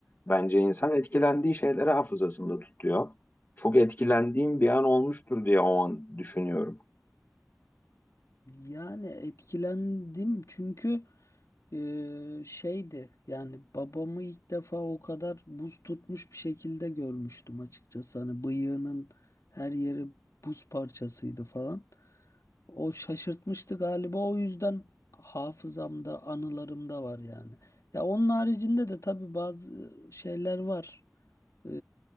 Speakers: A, on the left; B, on the left.
A: Bence insan etkilendiği şeyleri hafızasında tutuyor. Çok etkilendiğim bir an olmuştur diye o an düşünüyorum.
B: Yani etkilendim çünkü e, şeydi yani babamı ilk defa o kadar buz tutmuş bir şekilde görmüştüm açıkçası. Hani bıyığının her yeri buz parçasıydı falan. O şaşırtmıştı galiba o yüzden hafızamda anılarımda var yani. Ya onun haricinde de tabii bazı şeyler var. Ee,